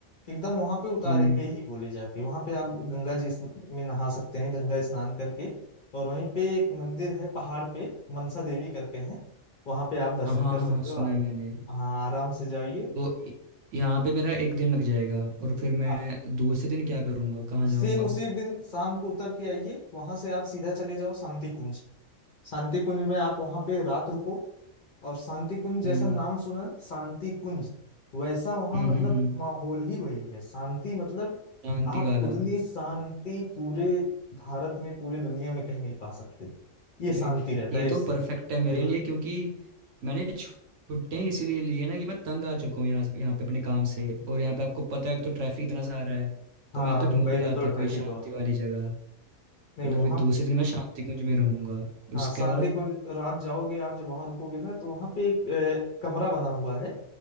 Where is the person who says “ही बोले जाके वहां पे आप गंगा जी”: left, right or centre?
Left